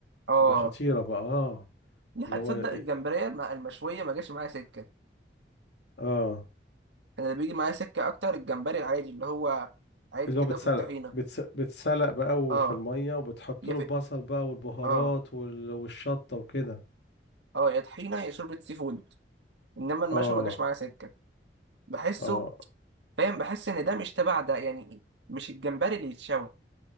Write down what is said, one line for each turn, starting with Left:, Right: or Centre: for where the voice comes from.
Right: اه
Left: تبقى خطيرة بقى آه
Right: لا
Left: اللي
Right: تصدق
Left: هو آه
Right: الجمبريه الم- المشويه ما جاش معايا سكه
Left: آه،
Right: انا اللي بيجي معايا سكه اكتر الجمبري العادي اللي هو عادي
Left: اللي
Right: كده
Left: هو بيتسلق
Right: في الطحينه
Left: بتس... بتسلق بقى
Right: اه
Left: في المية وبتحط
Right: يا
Left: له
Right: في
Left: البصل بقى والبهارات
Right: اه
Left: وال... والشطة وكده
Right: اه يا طحينه يا شوربه سي فود انما المشوي
Left: اه
Right: ما جاش معايا سكه بحسه
Left: اه
Right: فاهم بحس ان ده مش تبع ده يعني مش الجمبري اللي يتشوى